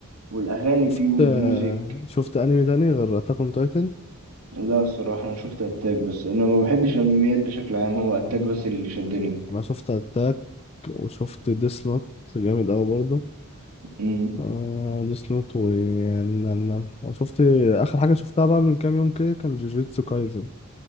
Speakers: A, on the right; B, on the left.
A: والاغاني
B: شفت
A: فيه والميوزك
B: شفت انمي تاني غير اتاك اون تايتن
A: لا الصراحة أنا شفت أتاك بس أنا ما بحبش الأنميات بشكل عام هو أتاك
B: انا
A: بس اللي شدني
B: انا شفت اتاك وشفت ديس نوت جامد قوي برضه
A: مم.
B: آه ديس نوت و يعني أنا شفت آخر حاجة شفتها بقى من كام يوم كده كان جوجيتسو كايزن